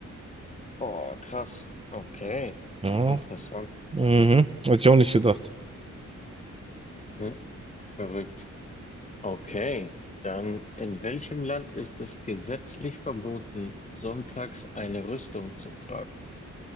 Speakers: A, on the left (about 25°); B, on the right (about 20°).
A: Boah, krass. Okay.
B: Ja.
A: Interessant.
B: Mhm, hätte ich auch nicht gedacht.
A: Hm, verrückt. Okay. Dann, in welchem Land ist es gesetzlich verboten, sonntags eine Rüstung zu tragen?